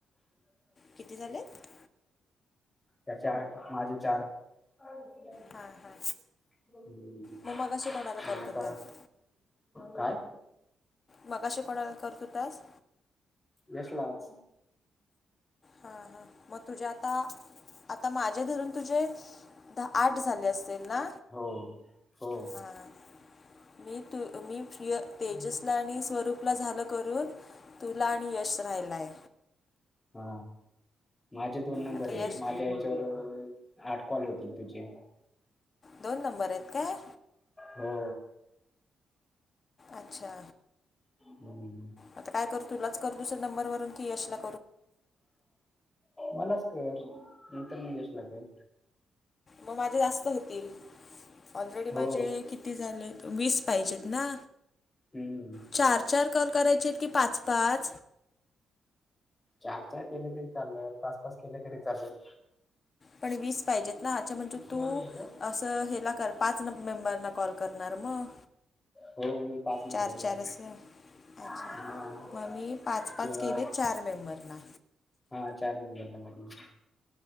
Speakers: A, on the left; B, on the left.
A: किती झालेत
B: त्याचे आठ माझे चार हम्म
A: हां हां मग मगाशी कोणाला करत
B: आता
A: होतास
B: काय
A: मगाशी कोणाला करत होतास?
B: यशलाच
A: हा हा मग तुझ्या आता, आता माझे धरून तुझे दहा, आठ झाले असतील ना?
B: हो हो
A: हां मी तू, मी प्रिय, तेजसला
B: हम्म.
A: आणि, स्वरूपला झालं करून तुला आणि यश राहिलाय
B: हा माझे दोन नंबर
A: आता
B: आहेत
A: यश
B: माझ्या तर आठ कॉल होतील तुझे
A: दोन नंबर आहेत काय?
B: हो.
A: अच्छा
B: हम्म
A: आता काय करू तुलाच करते दुसऱ्या नंबरवरून की यश ला
B: मलाच कर, नंतर मग यशला कर
A: मग माझे जास्त होतील, ऑलरेडी
B: हो
A: माझे कि किती झाले वीस पाहिजेत ना
B: हम्म
A: चार चार कॉल करायचे की पाच-पाच
B: चार - चार केले तरी चालले, पाच-पाच केले तरी चालेल
A: पण वीस पाहिजेत ना अच्छा
B: हो सांगेल
A: तू असं हेला कर पाच मेंबर ना कॉल कर करणार मग
B: हो मी पाच नंबरला
A: चार-चार अस अच्छा
B: हा
A: मग मी पाच-पाच
B: किंवा
A: केले चार मेंबरना
B: हा चार मेंबरना करणार